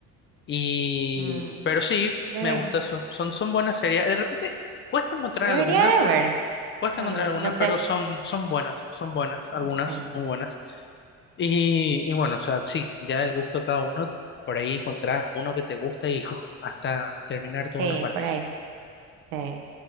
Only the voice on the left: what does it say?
y,
pero sí,
me
gusta, son, son, son buenas series. De repente cuesta encontrar
algunas.
Cuesta
encontrar algunas,
pero son, son buenas, son buenas,
algunas
muy buenas. Y, y bueno, o sea, sí, ya el gusto de cada uno, por ahí encontrás uno que te gusta y <laughs> uf, hasta terminar
todo no paras.